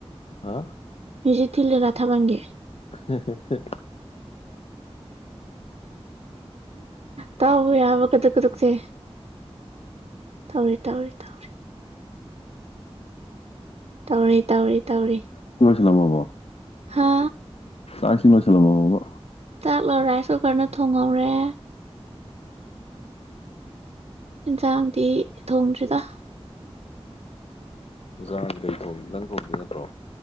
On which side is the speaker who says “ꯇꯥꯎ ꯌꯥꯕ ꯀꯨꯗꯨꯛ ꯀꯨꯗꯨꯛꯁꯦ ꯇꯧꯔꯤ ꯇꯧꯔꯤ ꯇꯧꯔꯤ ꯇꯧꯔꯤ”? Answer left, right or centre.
Right